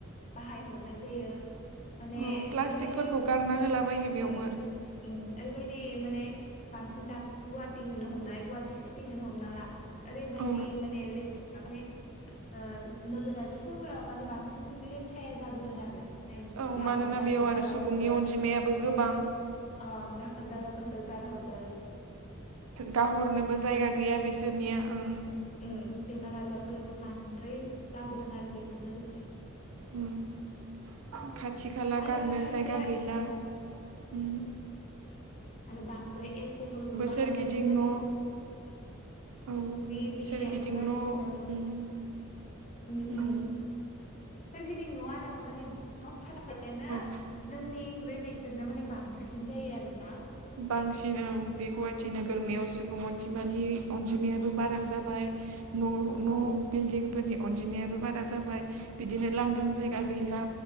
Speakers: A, on the left; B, on the right.
A: बाहाय हरनाय जायो, माने
B: औ प्लास्टिकफोरखौ
A: ओरैबायदि उम्म
B: गारना होलाबायो बेयावबो आरो
A: उम्म। ओरैबायदि माने बांसिन दा गुवाटिखोनो हमलाय गुवाहाटि सिटिखोनो हमना ला। ओरैबायदि
B: औ
A: माने ले माने ओ नोगोरारि सोहोराव माने बांसिन लेथ्राया जाबोदों आरो। ने
B: औ
A: दाबोर
B: मानोना
A: दाखोर
B: बेयाव
A: दालाफोरखो
B: आरो सुबुंनि अनजिमायाबो गोबां।
A: अ दाखोर दालाफोरखो गारहदो।
B: गाहरनोबो जायगा गैया बिसोरनिया ओं।
A: उम्म बेमार आजारफोराबो बांद्राय जाबोदों आरो बेजों लोगोसे।
B: उम्म <unintelligible> खाथि खाला
A: आरो
B: गारनो
A: खायसेया
B: जायगा गैला, उम्म।
A: माने बांद्राय एलक'हलबो बाहायनायजों
B: सोरगिदिं
A: माने
B: न' औ औ
A: सुबुंनि देहायाबो
B: सोरगिदिं
A: गाज्रि
B: न'
A: जाबोदों।
B: उम
A: उम्म उम्म
B: उम
A: सोरगिदिं नुवानो माने दुंहाव <unintelligible>
B: औ
A: जोंनिख्रुइ बेसोरना माने बांसिन जायो आरोना।
B: बांसिन ओं बे गुवाहाटि नोगोरमायाव
A: उम
B: सुबुं अनजिमानि अनजिमायाबो बारा जाबाय। न'
A: उम
B: न' बिल्डिं फोरनि अनजिमायाबो बारा जाबाय। बिदिनो लांदां जायगा गैला